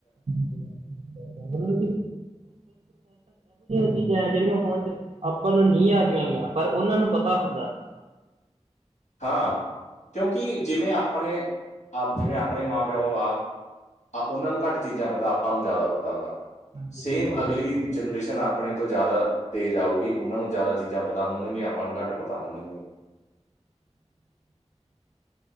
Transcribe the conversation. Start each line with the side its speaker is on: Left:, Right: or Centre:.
Right: <unintelligible> ਇਹੋ ਜਿਹੀਆਂ ਚੀਜ਼ਾਂ ਹੈ ਜਿਹੜੀਆਂ ਫੋਨ ਚ ਆਪਾਂ ਨੂੰ ਨਹੀਂ ਆ ਰਹੀਆਂ ਪਰ ਉਹਨਾਂ ਨੂੰ ਪਤਾ ਹੁੰਦਾ। <inaudible>
Left: ਹਾਂ ਕਿਉਂਕਿ ਜਿਵੇਂ ਆਪਣੇ ਆਪ ਜਿਵੇਂ ਆਪਣੇ ਮਾਂ ਪਿਓ ਆ ਆਪਾਂ ਉਹਨਾਂ ਨੂੰ ਘੱਟ ਚੀਜ਼ਾਂ ਪਤਾ ਆਪਾਂ ਨੂੰ ਜ਼ਿਆਦਾ ਪਤਾ ਵਾ
Right: ਹਾਂਜੀ
Left: ਸੇਮ
Right: ਬਿਲਕੁਲ ਜੀ
Left: ਅਗਲੀ
Right: ਬਿਲਕੁਲ
Left: ਜਨਰੇਸ਼ਨ ਆਪ ਆਪਣੇ ਤੋਂ ਜ਼ਿਆਦਾ ਤੇਜ਼ ਆਊਗੀ ਉਹਨਾਂ ਨੂੰ ਜ਼ਿਆਦਾ ਚੀਜ਼ਾਂ ਪਤਾ ਹੋਣਗੀਆਂ, ਆਪਾਂ ਨੂੰ ਘੱਟ ਪਤਾ ਹੋਣਗੀਆਂ।
Right: <inaudible>